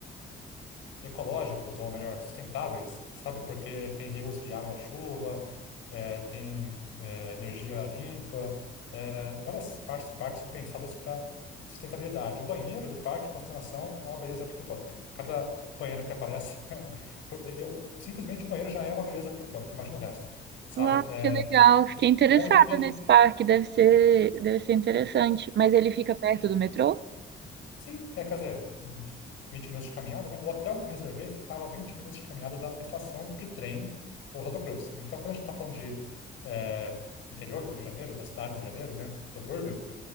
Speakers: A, on the left; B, on the right.
A: ecológicos, ou melhor, sustentáveis, sabe? Porque tem reuso de água da chuva, eh, tem eh, energia limpa, eh, eh, várias partes do parque são pensadas para sustentabilidade. O banheiro do parque, para você ter noção, é uma beleza arquitetônica. Cada banheiro que aparece, <laughs> por- eu- simplesmente o banheiro já é uma beleza arquitetônica, imagina o resto, sabe?
B: Uau,
A: É
B: que legal. Fiquei interessada
A: um edifício.
B: nesse parque. Deve ser, deve ser interessante. Mas ele fica perto do metrô?
A: Sim, é, quer dizer, uns 20 minutos de caminhada, né? O hotel que eu reservei ficava a 20 minutos de caminhada da estação de trem Ousado Cruz. Então, quando a gente está falando de é, interior do Rio de Janeiro, da cidade do Rio de Janeiro, né? Subúrbio,